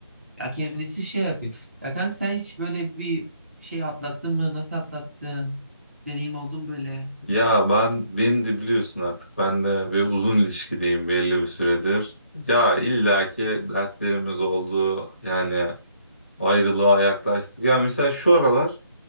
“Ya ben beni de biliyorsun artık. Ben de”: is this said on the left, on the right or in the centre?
Left